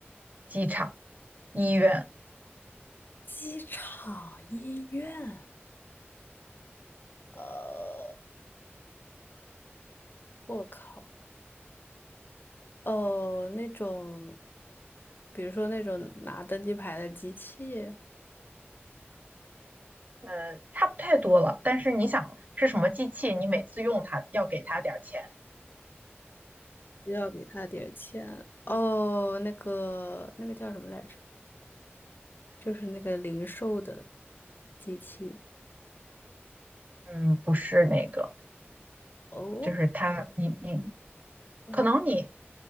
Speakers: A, on the right; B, on the left.
A: 机场、医院，
B: 机场、医院，呃，我靠，哦，那种，比如说那种拿登机牌的机器，
A: 呃，差不太多了。但是你想是什么机器，你每次用它要给它点儿钱，
B: 需要给他点儿钱。哦，那个那个叫什么来着？就是那个零售的机器。
A: 嗯，不是那个，
B: 哦，
A: 就是它，你你
B: 嗯，
A: 可能你